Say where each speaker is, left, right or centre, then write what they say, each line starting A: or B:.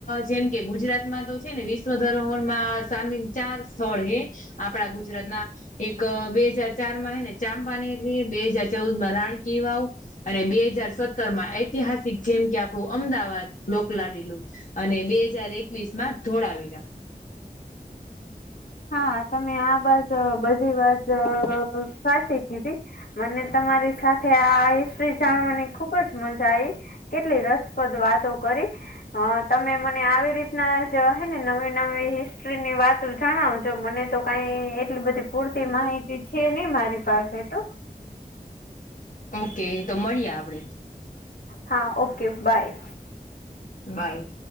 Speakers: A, on the left; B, on the left.
A: જેમ કે ગુજરાતમાં તો છે ને વિશ્વ ધરોહરમાં સામિલ ચાર સ્થળ હે આપડા ગુજરાતના એક બે હજાર ચાર માં હે ને ચામપાનેરની બે હાજર ચૌદ માં રાણકીવાવ અને બે હજાર સત્તર માં ઐતિહાસિક જેમ કે આપણું અમદાવાદ લોકલાડીલું અને બે હજાર એકવીસમાં ધોળાવીરા
B: હા તમે આ બાત બધી વાત અ સાચી કીધી મને તમારી સાથે આ હિસ્ટ્રી જાણવાની ખુબ જ મજા આઈ કેટલી રસપ્રદ વાતો કરી હ તમે મને આવી રીતના જ હે ને નવી નવી હિસ્ટ્રી ની વાતો જ જણાવજો મને તો કાઈ એટલી બધી પૂરતી માહિતી છે ની મારી પાસે તો
A: ઓકે તો મળીએ આપડે
B: હા ઓકે બાય
A: બાય